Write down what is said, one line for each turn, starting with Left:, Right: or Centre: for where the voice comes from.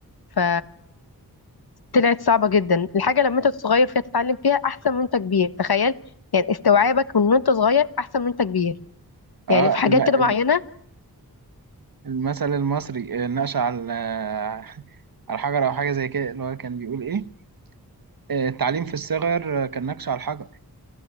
Left: ف طلعت صعبة جدا الحاجة لما انت صغير فيها تتعلم فيها احسن من انت كبير تخيل يعني استوعابك من وانت صغير احسن من انت كبير
Right: آه
Left: يعني في حاجات
Right: الم... الم-
Left: كده معينة
Right: المثل المصري آه، نقش على <laughs> على حجر أو حاجة زي كده اللي هو كان بيقول إيه؟ آه، التعليم في الصغر آه، كان نقش على الحجر